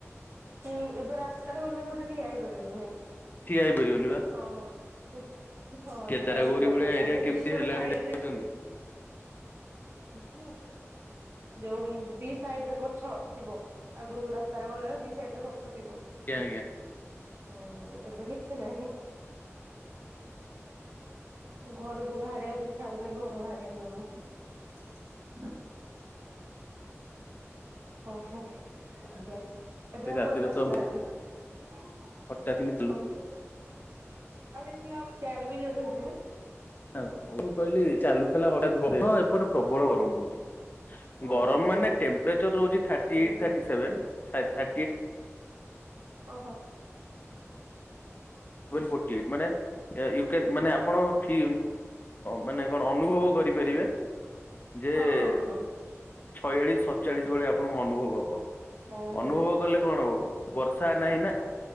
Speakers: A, on the right; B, on the left.
A: କି ଏବେ ରାସ୍ତାରେ ଗଲେ ଗୋଟେ ଠିଆ ହେଇପାରିବନି।
B: ଠିଆ ହେଇପାରିବନି ବା।
A: ହଁ। <inaudible> ହଁ
B: କେଦାର
A: ଠିଆ ହେବାକୁ
B: ଗୌରୀ
A: ଜାଗା
B: ଭଳିଆ
A: ନାହିଁ
B: ଏରିଆ
A: ଆଗରୁ
B: କେମିତି
A: ଦିପଟ
B: ହେଲାଣି
A: ସାଇଡ
B: ଦେଖୁଛନ୍ତି
A: ରେ <unintelligible> ଯୋଉ ଦି ସାଇଡ ରେ ଗଛ ଥିବ ଆଗରୁ ରାସ୍ତାରେ ଗଲା ଦି ସାଇଡ ରେ ଗଛ ଥିବ।
B: ଆଜ୍ଞା ଆଜ୍ଞା।
A: ହୁଁ ଏବେ କିଛି ନାହିଁ। ଘରକୁ ବାହାରିବାକୁ ଇଛା ହଉନି ଘରୁ ବାହାରିବାକୁ ଜମା। ହ ଓହୋ ଆଜ୍ଞା। ଏବେ ଆଉ
B: ରାତିରେ
A: ଘରକୁ ଆସିନାହାନ୍ତି
B: ତ
A: କଣ
B: ହଠାତ୍ କିନି ଚାଲୁଥିଲା
A: କରିବୁ? ଡ ବି ଜୋରରେ ହଉଛି ନା।
B: ଉ ମୁଁ କହିଲି ଚାଲୁଥିଲା ହଠତ୍ ଗର ହଁ ଏପଟେ ପ୍ରବଳ ଗରମ।
A: ଓହୋ
B: ଗରମ ମାନେ ଟମ୍ପଚର ରହୁଛି ଥର୍ଟି
A: ହୁଁ।
B: ଏଇଟି ଥାର୍ଟି ସେଭେନେ। <unintelligible> ଫର୍ଟି ସେଭେ
A: ଓହୋ
B: ଫଟି ଏଇଟ୍ ମାନେ ୟୁକେନ ମାନେ ଆପଣ ଥି ମାନେ କଣ ଅନୁଭବ କରିପାରିବେ। ଯେ
A: ହଁ ହଁ ହଁ।
B: ଛୟାଳିଶ ସତଚାଳିଶ ଭଳିଆ ଆପଣଙ୍କୁ ଅନୁଭବ ହବ।
A: ହଁ ହୁଁ
B: ଅନୁଭବ କଲେ କଣ ହବ ବର୍ଷା ନାହିଁ ନା?